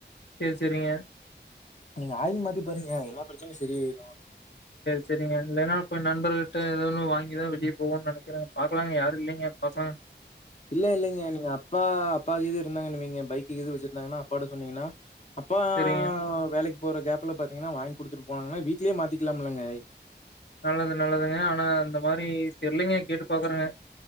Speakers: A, on the left (about 70°); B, on the left (about 40°).
A: சேரி சேரிங்க
B: நீங்க ஆயில் மாத்தி பாருங்க எல்லா பிரச்சனையு செரியாய்ரோம்
A: செரிங்க இல்லன்னா அப்ப நண்பர்கிட்ட ஏதோ ன்னு வாங்கிதா வெளிய போவோ நனைக்கிற பாக்கலாங்க யார் இல்லைங்க பாக்கலா
B: இல்ல இல்லைங்க நீங்க அப்பா அப்பா எது இருந்தாங்கன்னு வெய்ங்க பைக்கு‌ எது வச்சிருந்தாங்கன்னா போட சொன்னீங்கன்னா அப்பா
A: சேரிங்க
B: வேலைக் இப்போ ஒரு கேப்ல பாத்தீங்கன்னா வாங்கி குடுத்துட்டு போனங்கனா வீட்லயே மாத்திக்கலாம் இல்ங்க
A: நல்லது நல்லதுங்க ஆனா அந்த மாரி தெரியிலங்க கேட்டு பாக்குறங்க